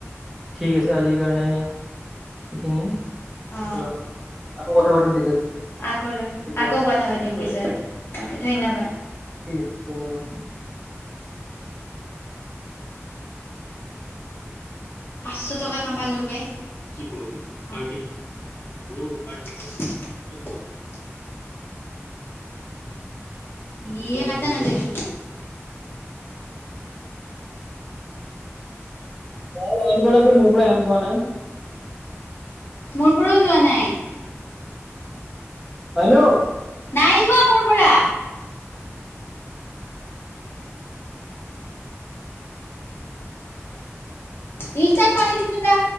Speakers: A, in the centre; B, on the left.
A: ঠিক আছে আজিৰ কাৰণে, এইখিনি।
B: অ
A: লগ পাম, আকৌ কথা পাতিম পিছত।
B: আক'
A: কেতিয়াবা
B: আকৌ কথা পাতিম পিছতে, অকে ধন্যবাদ।
A: ঠিক ঠিক আছে ধন্যবাদ।
B: পাঁচচ টকা কামলো বে। কি কোৱা? পাৰ্টি? Blue party? <unintelligible> ইয়ে কাতা নাজাইচুন।
A: <inaudible> অ' <unintelligible> <unintelligible> হেন পোৱা নাই।
B: মোৰ পৰাও যোৱা নাই।
A: আইনো।
B: নাই যোৱা মোৰ পৰা। ৰিস্তাৰ্ড মাৰি দিছোঁ জা।